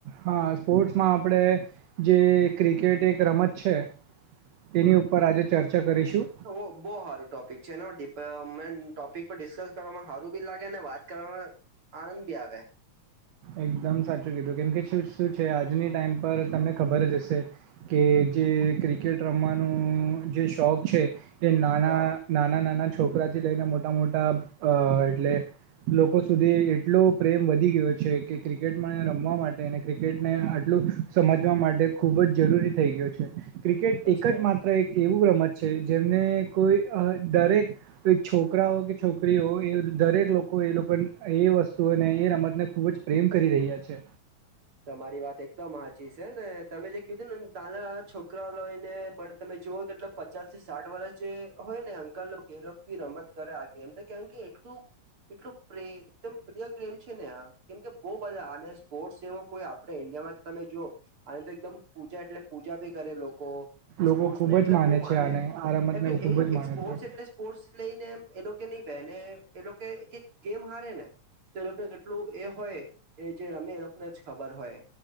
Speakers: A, on the right; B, on the right.
A: હા સ્પોર્ટ્સમાં આપણે જે ક્રિકેટ એક રમત છે. તેની ઉપર આજે ચર્ચા કરીશું.
B: બવ સારું ટોપિક છે એ ટોપિક પર ડિસ્કસ કરવામાં સારું બી લાગે ને વાત કરવામાં આનંદ ભી આવે.
A: એકદમ સાચું કીધું કેમ કે શું છે આજની ટાઈમ પર તમને ખબર જ હશે કે જે ક્રિકેટ રમવાનું જે શોખ છે એ નાના
B: હા
A: નાના નાના છોકરાથી લઈને મોટા મોટા એટલે લોકો સુધી એટલો પ્રેમ વધી ગયો છે કે ક્રિકેટમાં રમવા માટે અને ક્રિકેટને આટલું સમજવા માટે ખૂબ જ જરૂરી થઈ ગયું છે. ક્રિકેટ
B: એ તો
A: એક
B: છે
A: જ માત્ર એક એવું રમત છે જેમને કોઈ દરેક છોકરાઓ કે છોકરી હો એ દરેક લોકો એ લોકો એ વસ્તુઓને એ રમતને ખૂબ જ પ્રેમ કરી રહ્યા છે.
B: તમારી વાત એકદમ સાચી છે ને તમે જે કીધું ને તાના તના છોકરા લઈને પન તમે જોઓ તો એટલે પચાસ થી સાઠ વર્ષ જે હોય ને અંકલ એ બી રમત કરે આગે એમને કે કે એટલ એકદમ પ્રિય ગેમ છે ને આ કેમ કે બવ બધા આ સ્પોર્ટ્સ જેવો કો આપડે ઇન્ડિયા માં જો તમે જો આ તો એકદમ પૂજા એટલે પૂજા ભી કરે લોકો ને
A: લોકો
B: સ્પોર્ટ્સ
A: ખૂબ
B: ને એટલે
A: જ
B: બહુ
A: છે
B: માને
A: આને આ રમતને
B: એક
A: ખૂબ જ માને
B: સ્પોર્ટ્સ
A: છે
B: એટલે સ્પોર્ટસ લઈ ને એ એ લોકો નહી બે ને એ લોકો ગેમ હારે ને તો લોકોને કેટલું એ હોય કે જે રમે એ લોકોને જ ખબર હોય.